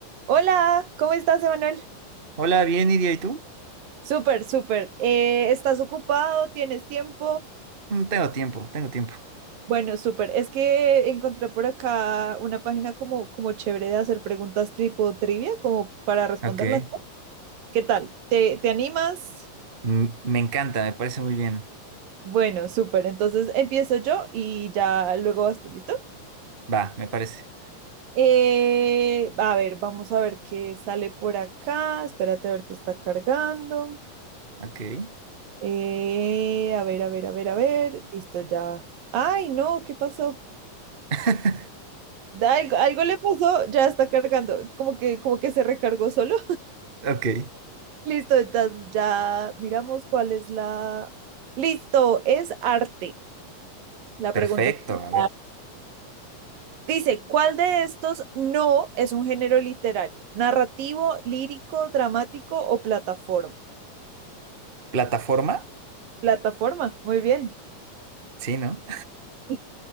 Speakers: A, on the right; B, on the right.
A: Hola, ¿cómo estás, Emanuel?
B: Hola, bien, Iria, ¿y tú?
A: Súper, súper. Eh, ¿estás ocupado? ¿Tienes tiempo?
B: Mm, tengo tiempo, tengo tiempo.
A: Bueno, súper. Es que encontré por acá una página como, como chévere de hacer preguntas tipo trivia, como para responderlas.
B: Ok.
A: ¿Qué tal? ¿Te, te animas?
B: Mm, me encanta, me parece muy bien.
A: Bueno, súper. Entonces empiezo yo y ya luego vas tú, ¿listo?
B: Va, me parece.
A: Eh, a ver, vamos a ver qué sale por acá. Espérate a ver qué está cargando.
B: Ok.
A: Eh, a ver, a ver, a ver, a ver. Listo, ya. Ay, no, ¿qué pasó?
B: <laughs>
A: Da- Algo, algo le pasó, ya está cargando. Como que, como que se recargó solo.
B: Ok.
A: <laughs> Listo, entonces ya miramos cuál es la. Listo, es arte. La
B: Perfecto,
A: pregunta es
B: a ver.
A: arte. Dice, ¿cuál de estos no es un género literario? ¿Narrativo, lírico, dramático o plataforma?
B: ¿Plataforma?
A: Plataforma, muy bien.
B: Sí, ¿no?
A: <laughs>